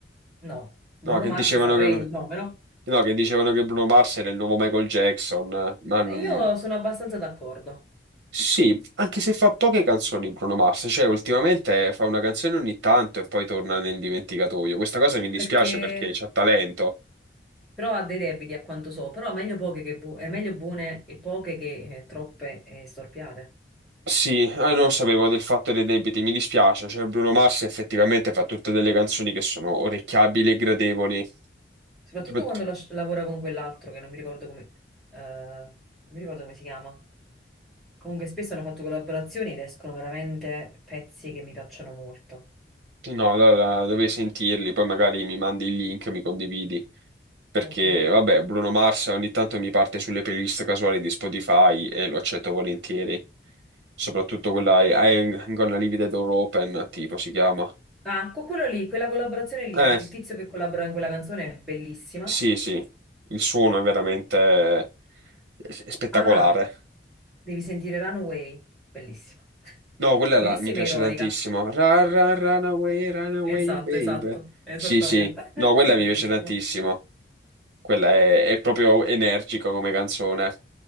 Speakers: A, in the centre; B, on the right (about 85°).
A: No, Bruno
B: No, che
A: Mars
B: dicevano
A: saprei
B: che,
A: il nome, no?
B: no, che dicevano che Bruno Mars era il nuovo Michael Jackson, ma...
A: E
B: mm,
A: Io sono abbastanza d'accordo,
B: Sì, anche se fa poche canzoni Bruno Mars, cioè ultimamente fa una canzone ogni tanto e poi torna nel dimenticatoio. Questa cosa mi dispiace
A: perché
B: perché c'ha talento.
A: Però ha dei debiti a quanto so, però meglio poche che bu- è meglio buone e poche che eh, troppe e storpiate.
B: Sì, ah, non sapevo del fatto dei debiti, mi dispiace, cioè Bruno Mars effettivamente fa tutte delle canzoni che sono orecchiabili e gradevoli.
A: Soprattutto
B: Tipo,
A: quando las- lavora con quell'altro che non mi ricordo come, eh, non mi ricordo come si chiama. Comunque spesso hanno fatto collaborazioni ed escono veramente pezzi che mi piacciono molto,
B: No, allora dovrei sentirli, poi magari mi mandi il link, mi condividi, perché
A: ovvio.
B: vabbè, Bruno Mars ogni tanto mi parte sulle playlist casuali di Spotify e lo accetto volentieri, soprattutto quella I- I'm Gonna Leave the Door Open, tipo si chiama.
A: Ah, con quello lì, quella collaborazione lì,
B: Eh,
A: il tizio che collabora in quella canzone è bellissima.
B: sì, sì, il suono è veramente eh, spettacolare.
A: Ah, devi sentire Runaway, bellissima.
B: No, quella
A: Bellissima
B: là mi piace
A: e ironica.
B: tantissimo. Run, run, run away, run away,
A: Esatto,
B: babe.
A: esatto, esattamente.
B: Sì, sì. No, quella
A: <laughs> Bellissima.
B: mi piace tantissimo. Quella è, è proprio energica come canzone.